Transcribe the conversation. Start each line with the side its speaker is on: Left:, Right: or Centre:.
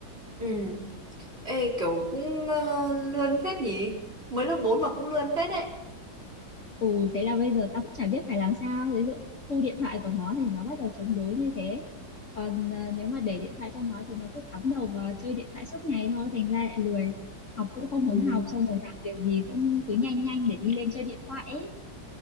Right: ừ. Ê, kiểu cũng ờ, lươn phết nhỉ? Mới lớp 4 mà cũng lươn phết đấy.
Left: Ừ thế là bây giờ tao cũng chả biết phải làm sao ví dụ thu điện thoại của nó thì nó bắt đầu chống đối như thế còn ờ, nếu mà để điện thoại cho nó thì nó cứ cắm đầu vào chơi điện thoại suốt ngày thôi thành ra lại lười học cũng không
Right: Ừ.
Left: muốn học xong rồi làm việc gì cũng cứ nhanh nhanh để đi lên chơi điện thoại ấy